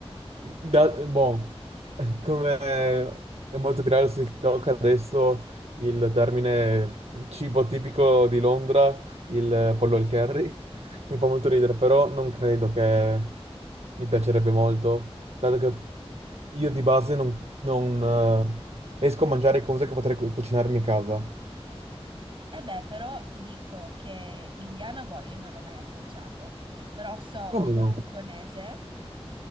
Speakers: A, on the right; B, on the right.
A: Da, boh, <laughs> come è molto virale su TikTok adesso il termine cibo tipico di Londra, il pollo al curry, <laughs> mi fa molto ridere, però non credo che mi piacerebbe molto, dato che io di base non, non, eh, esco a mangiare cose che potrei cu- cucinarmi a casa.
B: E beh, però ti dico che l'indiano, boh, io non l'ho mai assaggiato, però so
A: Come
B: che il
A: no?
B: giapponese